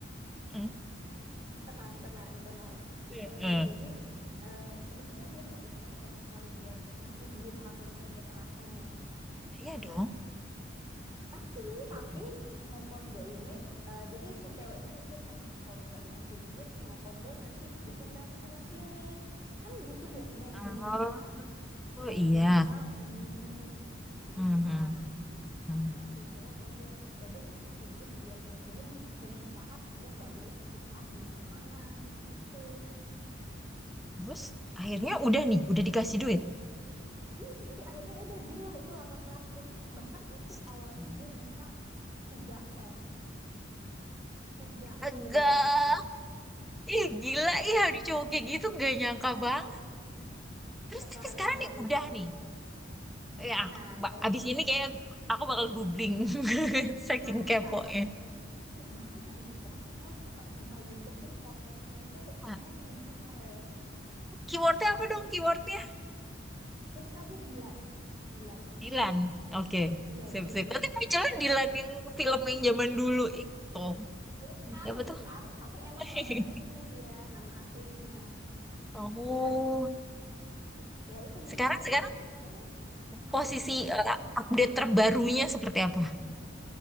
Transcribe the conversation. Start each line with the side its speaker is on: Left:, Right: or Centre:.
Centre: Hmm.
Right: Tenang, tenang, tenang.
Centre: Heeh.
Right: Eh, jadi eh, sebenarnya dia nggak ikhlas sama sekali buat ngasih duit hasil kerja kerasnya nih.
Centre: Iya dong.
Right: Nah, tapi
Centre: Tapi,
Right: tapi si Mokondo ini, eh, jadi si ceweknya mikir, aduh kalau nggak dikasih duit si Mokondo nanti diundang sana sini. Kan gitu biasanya di Indonesia
Centre: Oh,
Right: kan,
Centre: oh
Right: ada
Centre: iya.
Right: yang viral ini kayak
Centre: Mhm,
Right: gitu kan.
Centre: mhm.
Right: Makanya si cewek mikir, udah deh gue kasih duit biar dia diem dengan syarat dia nggak boleh speak up di mana-mana gitu.
Centre: Terus akhirnya udah nih, udah dikasih duit.
Right: Iya, jadi akhirnya ya udah deal lah itu 800. Bahkan itu
Centre: Astaga.
Right: awalnya dia minta 3M. 3M
Centre: Agak,
Right: dia mintanya.
Centre: ih gila, ih ada cowok kayak gitu nggak nyangka banget. Terus
Right: Kakak
Centre: tapi
Right: harus
Centre: sekarang
Right: cari
Centre: nih udah
Right: tahu.
Centre: nih. Ya,
Right: Nah,
Centre: ba-
Right: kalau
Centre: abis ini kayak aku bakal googling <laughs> saking
Right: harus
Centre: keponya.
Right: Kak. Ih, bahkan ada di podcast. Kakak buka YouTube pun podcastnya itu
Centre: Nah,
Right: trending kemarin.
Centre: keywordnya apa dong keywordnya?
Right: Tulis aja Dilan. Dilan.
Centre: Dilan. Oke,
Right: Iya,
Centre: sip
Right: di YouTube.
Centre: sip. Nanti munculnya Dilan yang film yang zaman dulu itu.
Right: Bukan,
Centre: Siapa
Right: bukan.
Centre: tuh?
Right: Tapi emang
Centre: <laughs>
Right: namanya itu dia, nama aslinya.
Centre: Oh,
Right: Nah, ya itu
Centre: sekarang
Right: di podcast
Centre: sekarang
Right: ini kok terkenal.
Centre: posisi
Right: Apa?
Centre: eh, update terbarunya seperti apa?